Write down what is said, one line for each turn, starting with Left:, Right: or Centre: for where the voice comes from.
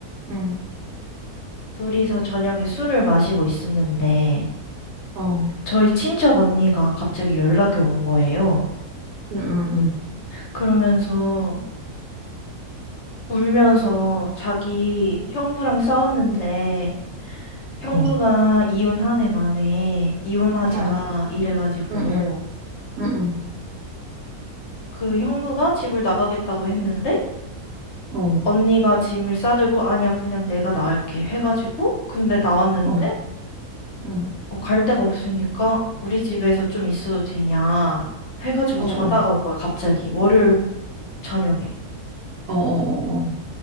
Right: 응,
Left: 둘이서 저녁에 술을 마시고 있었는데
Right: 어,
Left: 저희 친척 언니가 갑자기 연락이 온 거예요.
Right: 응, 응, 응,
Left: 그러면서 울면서 자기 형부랑 싸웠는데 형부가
Right: 어,
Left: 이혼 한 해 만에 이혼하자
Right: 어,
Left: 이래가지고
Right: 응, 응, 응,
Left: 그 형부가 집을 나가겠다고 했는데
Right: 응, 어,
Left: 언니가 짐을 싸들고 아니야 그냥 내가 나갈게 해가지고 근데 나왔는데
Right: 어, 응,
Left: 어, 갈 데가 없으니까 우리 집에서 좀 있어도 되냐 해가지고
Right: 어
Left: 전화가
Right: 어,
Left: 온 거야 갑자기 월요일 저녁에
Right: 어, 어, 어, 어,